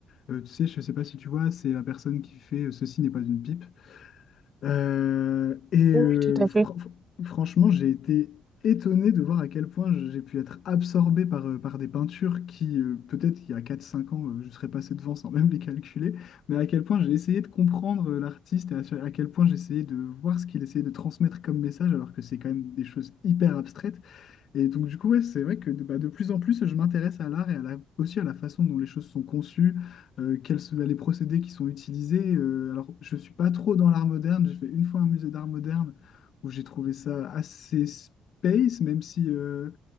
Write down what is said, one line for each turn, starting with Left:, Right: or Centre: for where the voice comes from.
Left: Euh, tu sais, je ne sais pas si tu vois, c'est la personne qui fait euh, Ceci n'est pas une pipe. Euh, et euh,
Right: Oui, tout à
Left: fr-
Right: fait.
Left: fr- franchement, j'ai été étonné de voir à quel point j'ai pu être absorbé par, euh, par des peintures qui, euh, peut-être qu'il y a quatre cinq ans, euh, je serais passé devant sans même <laughs> les calculer, mais à quel point j'ai essayé de comprendre euh, l'artiste et à, à quel point j'ai essayé de voir ce qu'il essayait de transmettre comme message, alors que c'est quand même des choses hyper abstraites. Et donc, du coup, ouais, c'est vrai que de, bah, de plus en plus, je m'intéresse à l'art et à la- aussi à la façon dont les choses sont conçues, euh, quels sont les procédés qui sont utilisés. Euh, alors, je ne suis pas trop dans l'art moderne. J'ai fait une fois un musée d'art moderne où j'ai trouvé ça assez space, même si, euh,